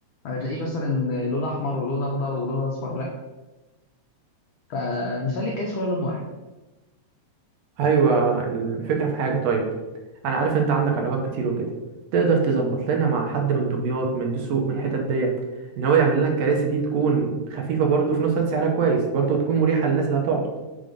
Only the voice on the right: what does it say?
ايوه الفكره في حاجه طيب انا عارف انت عندك علاقات كتير وكده تقدر تظبط لنا مع حد من دمياط من دسوق من الحتت ديت ان هو يعمل لنا الكراسي دي تكون خفيفه برضو وفي نفس الوقت سعرها كويس برضو وتكون مريحه للناس اللي هتقعد